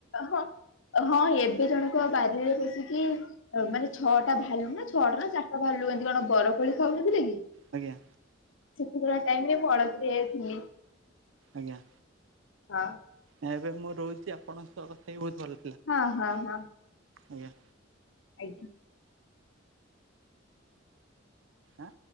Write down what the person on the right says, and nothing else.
ଆଜ୍ଞା
ଆଜ୍ଞା।
ନା ଏବେ ମୁଁ ରହୁଛି ଆପଣଙ୍କ ସହ କଥା ହେଇକି ବହୁତ ଭଲ ଲା-
ଆଜ୍ଞା।
ଆଁ?